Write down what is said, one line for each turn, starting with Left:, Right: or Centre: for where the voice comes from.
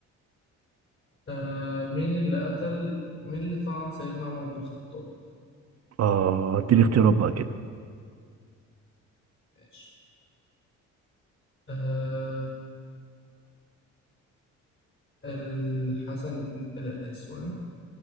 Left: آه مين اللي قتل مين اللي طعن سيدنا عمر بن الخطاب
Right: اه اديني اختيارات بقى كده
Left: ماشي آه الحسن بن آه، اسمه ايه